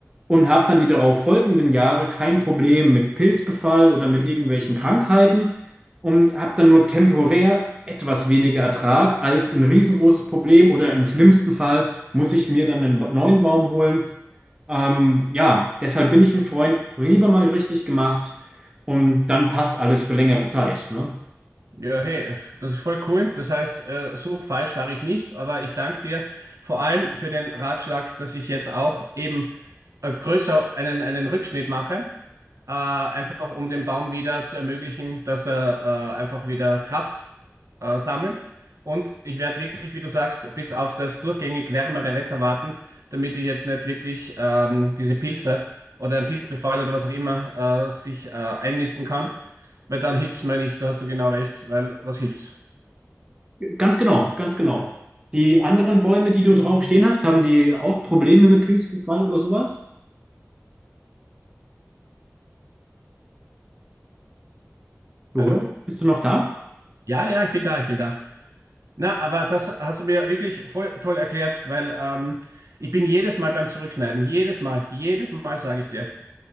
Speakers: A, on the right; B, on the right.
A: und habe dann die darauf folgenden Jahre kein Problem mit Pilzbefall oder mit irgendwelchen Krankheiten und habe dann nur temporär etwas weniger Ertrag als ein riesengroßes Problem oder im schlimmsten Fall muss ich mir dann einen ba- neuen Baum holen. Ähm, ja, deshalb bin ich ein Freund, lieber mal richtig gemacht und dann passt alles für längere Zeit. Ne?
B: Ja, hey, das ist voll cool. Das heißt, äh, so falsch war ich nicht, aber ich danke dir vor allem für den Ratschlag, dass ich jetzt auch eben äh, größer einen, einen Rückschnitt mache Äh, einfach um dem Baum wieder zu ermöglichen, dass er äh, einfach wieder Kraft äh, sammelt. Und ich werde wirklich, wie du sagst, bis auf das durchgängig wärmere Wetter warten, damit ich jetzt nicht wirklich ähm, diese Pilze oder einen Pilzbefall oder was auch immer äh, sich äh, einnisten kann, weil dann hilft's mir nicht, da hast du genau recht, weil was hilft's?
A: Ganz genau, ganz genau. Die anderen Bäume, die du drauf stehen hast, haben die auch Probleme mit Pilzbefall oder sowas? Oder?
B: Hallo?
A: Bist du noch da?
B: Ja, ja, ich bin da, ich bin da. Na, aber das hast du mir wirklich voll toll erklärt, weil ähm, ich bin jedes Mal beim Zurückschneiden, jedes Mal, jedes Mal sage ich dir.